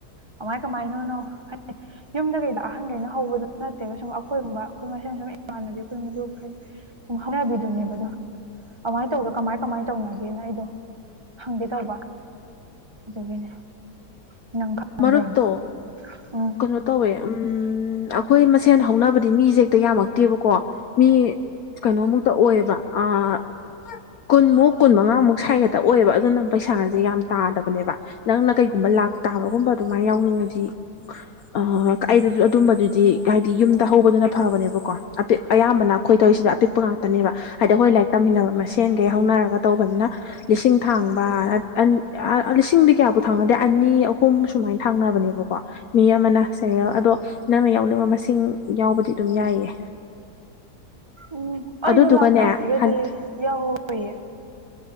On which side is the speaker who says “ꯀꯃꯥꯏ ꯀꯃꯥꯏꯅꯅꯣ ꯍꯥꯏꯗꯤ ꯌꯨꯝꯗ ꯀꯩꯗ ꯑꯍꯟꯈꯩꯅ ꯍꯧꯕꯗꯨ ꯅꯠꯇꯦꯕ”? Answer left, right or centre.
Right